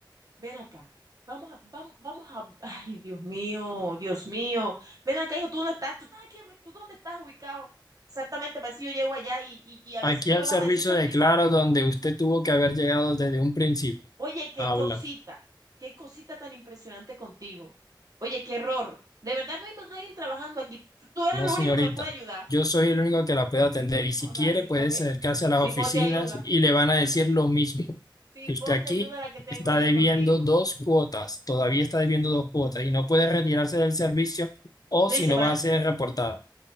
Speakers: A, on the right (about 45°); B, on the left (about 50°).
A: ven acá, vamos a, vamos, vamos a, ay, Dios mío, Dios mío. Ven acá, hijo, ¿tú dónde estás? ¿Tú estás aquí? en mi- ¿Tú dónde estás ubicado? Exactamente, para ver si yo llego allá y, y, y a ver
B: Aquí
A: si tú
B: al
A: me vas
B: servicio
A: a decir, eso
B: de
A: en mi,
B: Claro, donde usted tuvo que haber llegado desde un principio.
A: Oye, qué
B: Habla.
A: cosita, qué cosita tan impresionante contigo. Oye, qué error. De verdad no hay más nadie trabajando aquí. Tú tú eres
B: No,
A: lo
B: señorita.
A: único que me puede ayudar.
B: Yo soy el único que la puede atender y si
A: Hola,
B: quiere
A: si
B: puede
A: pote,
B: acercarse a las
A: si
B: oficinas
A: pote ayuda.
B: y le van a decir lo mismo,
A: Si
B: que usted
A: pote
B: aquí
A: ayuda la que tengo
B: está
A: yo
B: debiendo
A: contigo.
B: dos cuotas, todavía está debiendo dos cuotas y no puede retirarse del servicio o
A: Me
B: si
A: dice,
B: no
A: van,
B: va a ser reportada.